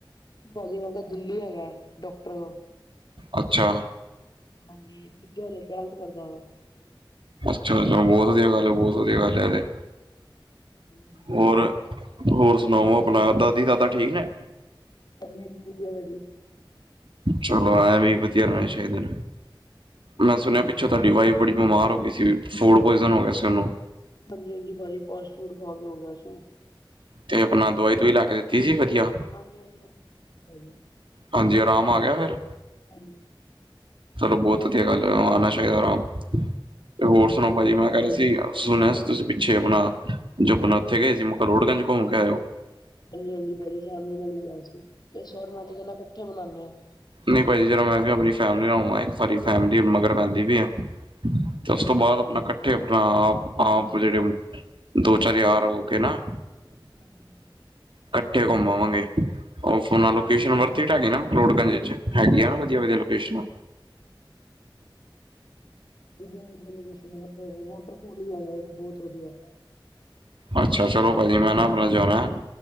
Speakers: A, on the left; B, on the right.
A: ਭਾਜੀ ਮੈਂ ਕਿਹਾ, ਦਿੱਲੀ ਹੈਗਾ। ਡਾਕਟਰ।
B: ਅੱਛਾ।
A: ਹਾਂਜੀ, ਦੂਜਾ ਹਜੇ ਟੁਵੇਲਥ ਕਰਦਾ ਪੇਆ।
B: ਅੱਛਾ, ਏ ਤੇ ਬਹੁਤ ਵਧੀਆ ਗੱਲ ਏ, ਬਹੁਤ ਵਧੀਆ ਗੱਲ ਏ, ਏਹ ਤੇ।
A: ਕੀ ਹੈ।
B: ਹੋਰ-ਹੋਰ, ਸੁਣਾਓ ਅਪਣਾ ਦਾਦੀ- ਦਾਦਾ ਠੀਕ ਨੇ?
A: ਹਾਂਜੀ, ਠੀਕ ਏ ਭਾੱਜੀ।
B: ਚਲੋ ਐਵੇਂ ਈ ਵਧੀਆ ਰਹਣੇ ਚਾਹੀਦੇ ਨੇ। ਮੈਂ ਸੁਣਿਆ ਪਿੱਛੋਂ ਤੁਹਾਡੀ ਵਾਈਫ ਬੜੀ ਬਿਮਾਰ ਹੋ ਗਈ ਸੀ। ਫੂਡ ਪੁਇਜ਼ਨ ਹੋ ਗਿਆ ਸੀ ਉਹਨੂੰ।
A: ਹਾਂਜੀ- ਹਾਂਜੀ ਭਾੱਜੀ, ਫਾਸਟ ਫੂਡ ਖਾ ਕੇ ਹੋ ਗਿਆ ਸੀ।
B: ਤੇ ਅਪਣਾ ਦਵਾਈ- ਦੁਵਾਈ ਲੈ ਕੇ ਦਿੱਤੀ ਸੀ ਵਧੀਆ।
A: ਹਾਂਜੀ -ਹਾਂਜੀ, ਭਾਜੀ।
B: ਹਾਂਜੀ ਅਰਾਮ ਆ ਗਿਆ ਫੇਰ।
A: ਹਾਂਜੀ।
B: ਚਲੋ ਬਹੁਤ ਵਧੀਆ ਗੱਲ ਏ ਆਨਾ ਚਾਹੀਦਾ ਅਰਾਮ ਤੇ ਹੋਰ ਸੁਣਾਓ
A: ਹਾਂਜੀ
B: ਭਾੱਜੀ ਮੈਂ
A: ਭਾਜੀ,
B: ਕਹ ਰਿਹਾ ਸੀ। ਸੁਨਿਆ ਸੀ ਤੁਸੀਂ ਪਿੱਛੇ ਅਪਨਾ ਜੋ ਅਪਨਾ ਉੱਥੇ ਗਏ ਸੀ ਮਕਰੋੜਗੰਜ ਘੁੰਮ ਕੇ ਆਏ ਹੋ।
A: ਹਾਂਜੀ ਹਾਂਜੀ ਭਾਜੀ ਫੈਮਲੀ ਨਾਲ ਹੀ ਗਿਆ ਸੀ। ਇਸ ਵਾਰ ਮੈਂ ਤੇ ਕਿਹਾ ਇਕੱਠੇ ਮਨਾਨੇ ਆ।
B: ਨਹੀ ਭਾਜੀ ਜ਼ਰਾ ਮੈਂ ਵੀ ਅਪਣੀ ਫੈਮਿਲੀ ਨਾਲ ਹੋ ਆਵਾਂ ਇੱਕ ਵਾਰੀ ਫੈਮਿਲੀ ਮਗਰ ਪੈਂਦੀ ਪਈ ਏ।
A: ਅੱਛਾ
B: ਤੇ ਉਸ
A: ਅੱਛਾ।
B: ਤੋਂ ਬਾਦ ਅਪਨਾ ਕ ਉਥੇ ਅਪਣਾ ਆਪ ਆਪ ਜਿਹੜੇ ਦੋ ਚਾਰ ਯਾਰ ਹੋ ਕੇ ਨਾ
A: ਹਾਂਜੀ।
B: ਕੱਠੇ ਘੁੰਮ ਆਵਾਂਗੇ। ਉਹ ਫੇਰ ਲੋਕੇਸ਼ਨ ਵਰਥਇਟ ਹੇਗੀ ਨਾ ਮਕਲੋੜਗੰਜ ਇਚ ਹੈਗੀ ਨਾ ਵਧੀਆ ਵਧੀਆ ਲੋਕੇਸ਼ਨਾ।
A: ਵਧੀਆ ਵਧੀਆ ਲੋਕੇਸ਼ਨ ਨੇ ਵਾਟਰਪੂਲ ਵੀ ਹੈਗਾ ਏਕ ਬਹੁਤ ਵਧੀਆ।
B: ਅੱਛਾ ਚਲੋ ਭਾਜੀ ਮੈਂ ਨਾ ਅਪਨਾ ਜਾਨਾ